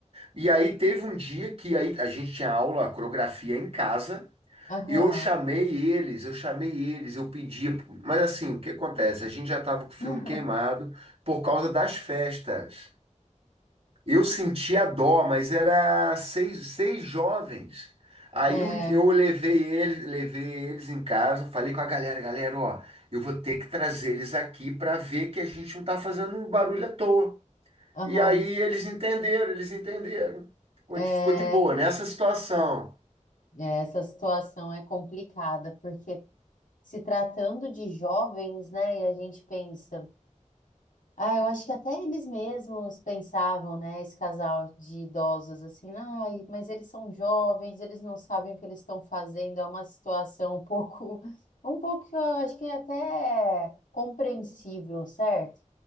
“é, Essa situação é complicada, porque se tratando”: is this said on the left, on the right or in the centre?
Left